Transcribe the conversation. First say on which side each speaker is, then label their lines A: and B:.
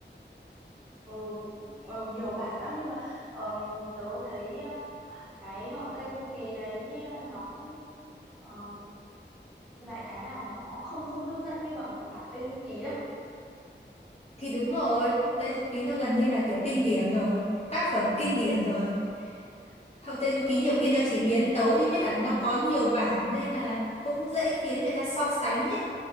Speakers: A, in the centre; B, on the left (about 35°).
A: Ừ, ừ nhiều bản lắm nhưng mà ờm, tớ thấy ờ, cái Hậu Tây Du Ký đấy ờ, nó cũng ờm, đại khái là nó không không hấp dẫn như bằng bản Tây Du Ký đâu.
B: Thì đúng rồi, Tây Du Ký nó gần như là kiểu kinh điển rồi, tác phẩm kinh điển rồi. Hậu Tây
A: Đúng
B: Du
A: rồi,
B: Ký nhiều
A: đúng
B: khi
A: rồi.
B: nó chỉ biến tấu đi mới cả nó có nhiều bản nên là cũng dễ khiến người ta so sánh ấy.